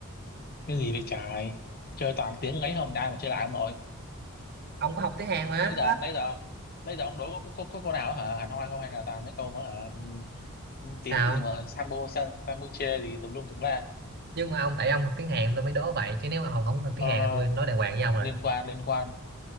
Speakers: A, on the left; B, on the right.
A: Cái gì vậy trời? Chơi toàn tiếng ấy không ai mà chơi lại ông nội.
B: ông có học tiếng Hàn mà
A: Bây giờ bây giờ bây giờ ông đối có, có, có cô nào hả? Hẳn hoi không hay là toàn mấy câu mà hả? Ừ,
B: sao
A: tiếng gì mà sambo san, sambuche gì tùm lum tùm la.
B: nhưng mà ông tại ông học tiếng Hàn tôi mới đố vậy chứ nếu mà ông không học tiếng
A: Thôi,
B: Hàn
A: thôi,
B: thì tôi
A: thôi,
B: nói đàng hoàng với ông rồi
A: liên quan liên quan.